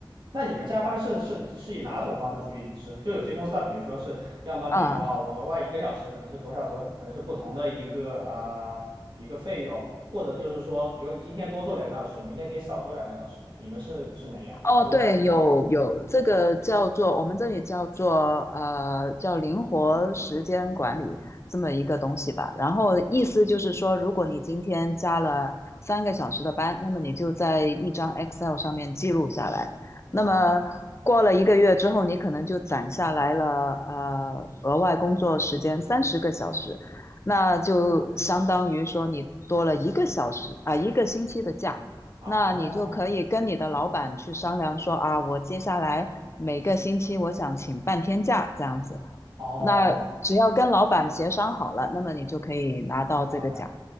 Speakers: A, on the right; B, on the left.
A: 那你们加班是是是以哪种方式去支付？就有些公司它比如说是要么比如说啊，
B: 啊，
A: 我额外一个小时可能是多少多少，可能是不同的一个啊、一个费用，或者就是说，比如你今天多做两个小时，你明天可以少做两个小时，你们是是哪样？
B: 哦，
A: 还是
B: 对，有有这个叫做我们这里叫做呃叫灵活时间管理这么一个东西吧。然后意思就是说，如果你今天加了三个小时的班，那么你就在一张 Excel 上面记录下来。
A: 啊？
B: 那么过了一个月之后，你可能就攒下来了呃额外工作时间三十个小时，那就相当于说你多了一个小时啊、一个星期的假。
A: 哦
B: 那你就可以跟你的老板去商量说啊，我接下来每个星期我想请半天假这样子。
A: 哦
B: 那只要跟老板协商好了，那么你就可以拿到这个奖。
A: ，OK